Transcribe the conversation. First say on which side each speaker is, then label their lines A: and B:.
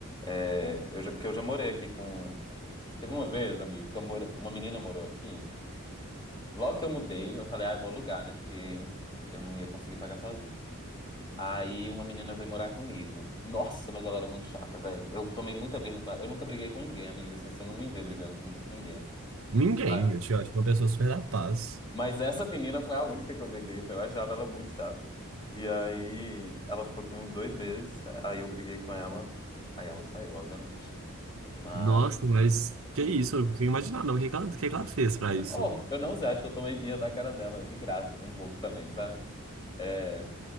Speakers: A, on the left (about 20°); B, on the right (about 70°).
A: é, eu já, porque eu já morei aqui com... Teve uma vez, amigo, que eu more... uma menina morou aqui. Logo que eu mudei, eu falei, ah, eu vou alugar, né? Porque eu não ia conseguir pagar sozinho. Aí uma menina veio morar comigo. Nossa, mas ela era muito chata, velho. Eu tomei muita birra com ela. Eu nunca briguei com ninguém, amiga. Assim, você não me vê brigando com ninguém, assim.
B: Ninguém.
A: Mas,
B: Eu te acho uma pessoa super da paz.
A: mas essa menina foi a única que eu briguei. Eu achava ela muito chata. E aí ela ficou aqui uns dois meses. Aí eu briguei com ela. Aí ela saiu, obviamente, né? Mas.
B: Nossa, mas que
A: Hum.
B: isso? Eu não consigo imaginar, não. O que que ela, o que que ela fez pra isso?
A: Oh, eu não sei, acho que eu tomei birra da cara dela, de graça, um pouco também, sabe? É,